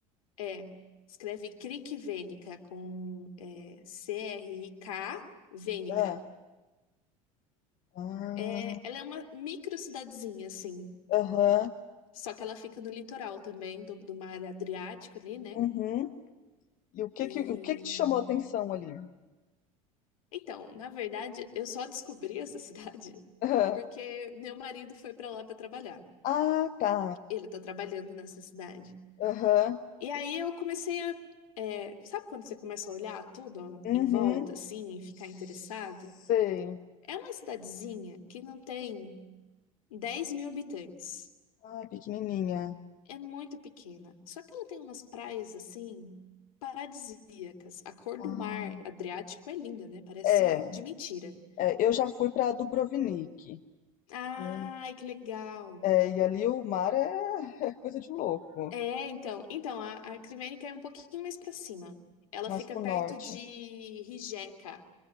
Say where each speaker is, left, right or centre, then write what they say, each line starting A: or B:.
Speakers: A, on the left; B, on the left.
A: É, escreve Krikvenica com é, C-R-I-K, Venica.
B: Ah, ah,
A: É, ela é uma micro cidadezinha, assim.
B: aham,
A: Só que ela fica no litoral também, do, do mar Adriático ali, né?
B: uhum. E o que
A: E.
B: que, o que que te chamou a atenção ali?
A: Então, na verdade, eu só descobri essa <laughs> cidade
B: Aham.
A: porque meu marido foi pra lá pra trabalhar.
B: Ah, tá.
A: Ele tá trabalhando nessa cidade.
B: Aham,
A: E aí eu comecei a. é, sabe quando você começa a olhar tudo
B: uhum.
A: em volta, assim, e ficar
B: Sei.
A: interessado? É uma cidadezinha que não tem 10 mil habitantes.
B: Ah, pequenininha.
A: É muito pequena. Só que ela tem umas praias assim paradisíacas. A cor
B: Ah,
A: do mar Adriático é linda, né? Parece
B: É,
A: de mentira.
B: é, eu já fui pra Dubrovnik.
A: Ai,
B: né?
A: que legal.
B: É, e ali o mar é, <laughs> é coisa de louco,
A: É, então, então a, a Crivênica é um pouquinho mais pra cima. Ela
B: mas
A: fica
B: pro
A: perto
B: norte.
A: de Rijeka.